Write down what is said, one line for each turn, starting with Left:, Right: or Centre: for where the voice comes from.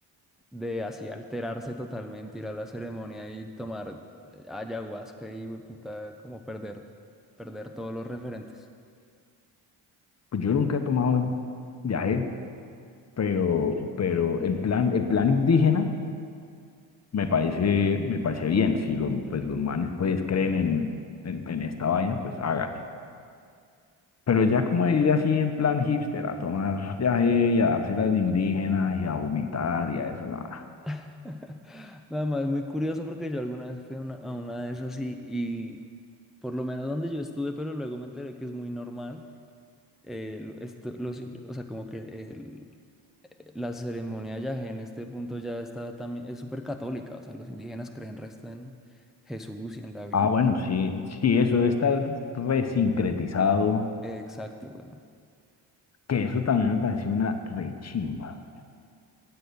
Centre: de así alterarse totalmente, ir a la ceremonia y tomar eh, ayahuasca y, weón, puta, como perder, perder todos los referentes.
Left: Pues yo nunca he tomado viaje, pero, pero en plan, en plan indígena me parece, me parece bien. Si los, pues los manes pues creen en, en, en esta vaina, pues háganle. Pero ya como de ir así en plan hipster, a tomar viaje y a dárselas de indígenas y a vomitar y a eso, nada.
Centre: <laughs> Nada más, muy curioso porque yo alguna vez fui a una, a una de esas y, y por lo menos donde yo estuve, pero luego me enteré que es muy normal. eh, lo- esto, los, i- o sea, como que el- eh, la ceremonia yagé en este punto ya está también, es súper católica. O sea, los indígenas creen resto en Jesús y en la Biblia.
Left: Ah, bueno, sí, sí, eso de estar resincretizado,
Centre: Exacto, weón.
Left: que eso también me parece una rechimba.